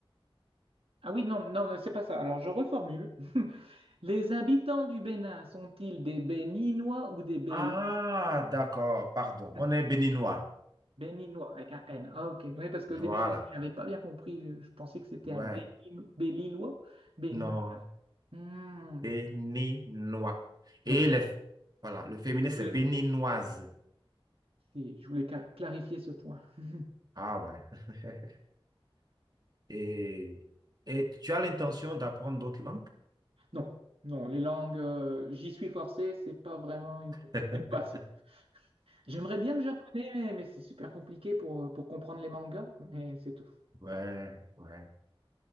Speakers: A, on the right; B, on the right.
A: Ah oui, non, non, euh, c'est pas ça. Alors je reformule. <laughs> Les habitants du Bénin sont-ils des béninois ou des béli?
B: Ah, d'accord, pardon.
A: <laughs>
B: On est béninois.
A: Béninois avec un N. Ah, ok. Oui, parce qu'au
B: Voilà.
A: début, je n'avais pas bien compris. Je, je pensais que c'était
B: Ouais.
A: un Bélin- Bélinois. Béni.
B: Non,
A: Hmm.
B: béninois.
A: Donc,
B: Et
A: je
B: les... voilà, le féminin, c'est
A: voulais,
B: béninoise.
A: je voulais- je voulais ca- clarifier ce point. <laughs>
B: Ah ouais. <laughs> Et, et tu as l'intention d'apprendre d'autres langues?
A: Non, non, les langues, euh, j'y suis forcé, c'est pas vraiment une,
B: <laughs>
A: une passion. J'aimerais bien le japonais, mais mais c'est super compliqué pour, euh, pour comprendre les mangas, mais c'est tout.
B: Ouais, ouais.